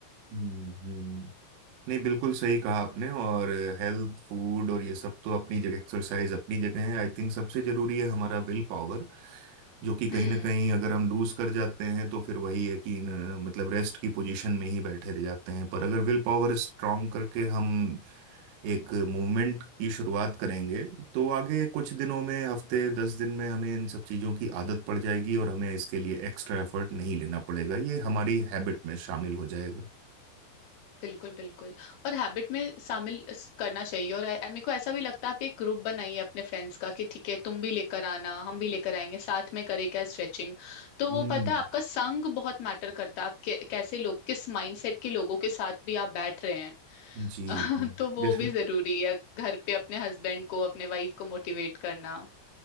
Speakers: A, on the right; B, on the left.
A: हम्म हम्म नहीं बिल्कुल सही कहा आपने और हेल्थ फूड और ये सब तो अपनी जगह एक्सरसाइज अपनी जगह है आई थिंक सबसे जरूरी है हमारा विल पावर जो कि कहीं
B: हम्म
A: ना कहीं अगर हम लूज कर जाते हैं तो फिर वही है कि न- मतलब रेस्ट की पोजीशन में ही बैठे रह जाते हैं पर अगर विल पावर स्ट्रांग करके हम एक मूवमेंट की शुरुआत करेंगे तो आगे कुछ दिनों में हफ्ते दस दिन में हमें इन सब चीज़ों की आदत पड़ जाएगी और हमें इसके लिए एक्स्ट्रा एफर्ट नहीं लेना पड़ेगा ये हमारी हैबिट में शामिल हो जाएगा
B: बिल्कुल बिल्कुल और हैबिट में शामिल इस- करना चाहिए और ऐ- मेरे को ऐसा भी लगता है आप एक ग्रुप बनाइए अपने फ्रेंड्स का कि ठीक है तुम भी लेकर आना हम भी लेकर आएंगे साथ में करें क्या स्ट्रेचिंग तो वो
A: हम्म
B: पता है आपका संग बहुत मैटर करता है आप कै- कैसे लोग किस माइंडसेट के लोगों के साथ भी आप बैठ रहे हैं
A: जी
B: <laughs>
A: जी
B: तो
A: बिल्कुल
B: वो भी जरूरी है घर पे अपने हस्बैंड को अपने वाइफ को मोटिवेट करना